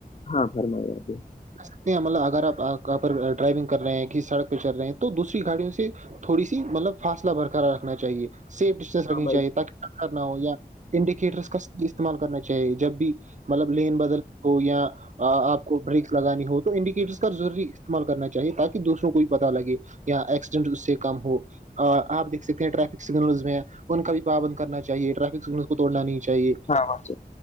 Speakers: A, on the left; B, on the right.
A: ہاں فرمائی آپ
B: سکتے ہیں مطلب اگر آپ پر ڈرائیونگ کر رہے ہیں کہ سڑک پہ چل رہے ہیں تو دوسری گاڑیوں سے تھوڑی سی مطلب فاصلہ برقرار رکھنا چاہیے سیف ڈسٹینس رکھنی
A: ہاں بھائی
B: چاہیے تاکہ کیا کرنا ہو یا انڈیکیٹرس کا صحیح استعمال کرنا چاہیے جب بھی مطلب لین بدل ہو یا آپ کو بریکس لگانی ہو تو انڈیکیٹرس کا ضروری استعمال کرنا چاہیے تاکہ دوسروں کو بھی پتا لگے یا ایکسیڈنٹ اس سے کم ہو آپ دیکھ سکتے ہیں ٹریفک سگنلز میں ان کا بھی پابند کرنا چاہیے ٹریفک سگنلس کو توڑنا نہیں چاہیے
A: ہاں